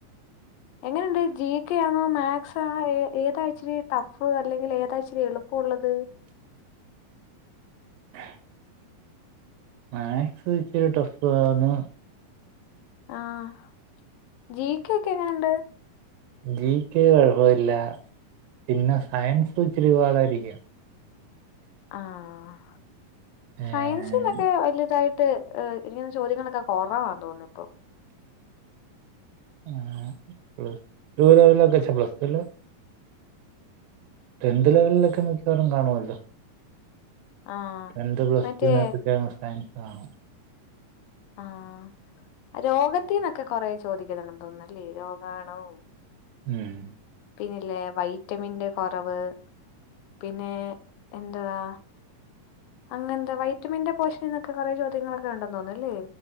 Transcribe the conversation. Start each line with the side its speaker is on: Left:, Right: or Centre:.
Left: എങ്ങനെയുണ്ട് ജി കെ ആണോ മാത്സ് ആണോ ഏതാണിച്ചിരി ടഫ് അല്ലെങ്കിൽ ഏതാച്ചിരി എളുപ്പം ഇപ്പോ ഉള്ളത്
Right: <inaudible> മാത്സ് ഇച്ചിരി ടഫ് ആണ്
Left: ആഹ് ജി കെ ഒക്കെ എങ്ങനെണ്ട്
Right: ജി കെ കുഴപ്പല്ല പിന്നെ സയൻസ് ഇച്ചിരിപാടായിരിക്കും
Left: ആഹ്
Right: ഏഹ്
Left: സയൻസിന്നൊക്കെ വലിയതായിട്ട് ഇങ്ങനെ ചോദ്യങ്ങളൊക്കെ കുറവാന്ന് തോന്നുന്നു ഇപ്പോ
Right: ആഹ് പ്ലസ് ടു ലെവൽ ഒക്കെച്ച് പ്ലസ് ടു അല്ല ടെൻത്ത് ലെവലിലൊക്കെ മിക്കവാറും കാണുമല്ലോ
Left: ആഹ്
Right: ടെൻത്ത് പ്ലസ്
Left: മറ്റേ
Right: ടുവിനെന്തൊക്കെ സയൻസ് കാണു
Left: ആഹ് രോഗത്തിന്നൊക്കെ കൊറെ ചോദിക്കുന്നുണ്ടെന്ന് തോന്നുന്നല്ലേ രോഗാണുവും
Right: ഉം
Left: പിന്നെല്ലേ വൈറ്റമിന്റെ കുറവ് പിന്നെ എന്തുവാ അങ്ങനെന്താ വൈറ്റമിന്റെ പോഷൻന്നൊക്കെ കുറെ ചോദ്യങ്ങളൊക്കെ ഉണ്ടെന്ന് തോന്നുന്നു അല്ലേ